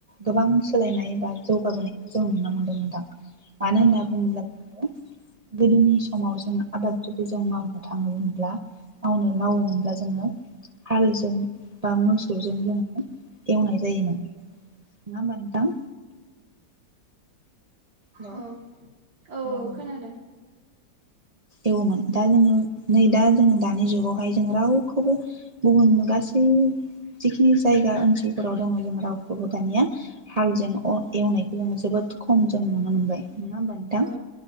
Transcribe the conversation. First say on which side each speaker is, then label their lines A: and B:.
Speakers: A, on the right; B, on the right.
A: गोबां सोलायनाय बा जौगाबोनायखौ जों नुनो मोन्दों नोंथां मानो
B: औ
A: होनना बुंङोब्ला जोंङो गोदोनि समाव जों आबाद जों मावनो थांङोमोनब्ला मावनो मावोमोनब्ला जोंङो हाल जों बा मोसौजों जोंङो एवनाय जायोमोन। नंङा होमबा नोंथां? हेलौ
B: औ औ
A: जोंङो
B: खोनादों
A: एवोमोन दा जोंङो नै दा जोंङो दानि जुगावहाय जों रावखौबो गुबुन गासै जिखिनि जायगा ओनसोलफोराव दंङ जों रावखौबो दानिया हालजों अ एवनायखौ जोंङो जोबोद खम नुनो मोनबाय नंङा होमबा नोंथां?
B: औ